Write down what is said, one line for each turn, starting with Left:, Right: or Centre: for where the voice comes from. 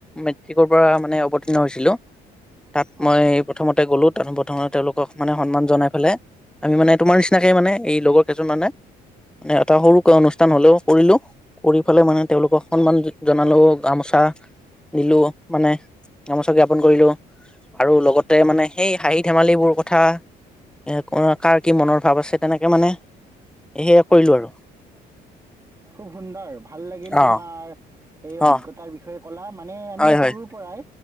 Centre: মেট্ৰিকৰ পৰা মানে অৱতৰ্ণ হৈছিলো তাত মই
Right: অ'।
Centre: প্ৰথমতে গ'লো তাত প্ৰথমতে তেওঁলোকক মানে সন্মান জনাই পেলে আমি মানে তোমাৰ নিচিনাকে মানে এই লগৰ কেইজন মানে এটা সৰুকৈ অনুষ্ঠান হ'লেও কৰিলো কৰি ফেলাই মানে তেওঁলোকক সন্মান জনালোও গামোচা দিলো মানে গামোচা জ্ঞাপন কৰিলো আৰু লগতে মানে সেই হাঁহি ধেমালিবোৰ কথা এ কঅ কাৰ কি মনৰ ভাৱ আছে তেনেকে মানে সেয়া কৰিলো আৰু
Right: খুব সুন্দৰ ভাল লাগিল
Centre: অ
Right: তোমাৰ এই অভিজ্ঞতাৰ
Centre: অ
Right: বিষয়ে ক'লা মানে আমি
Centre: হয় হয়
Right: সৰুৰ পৰাই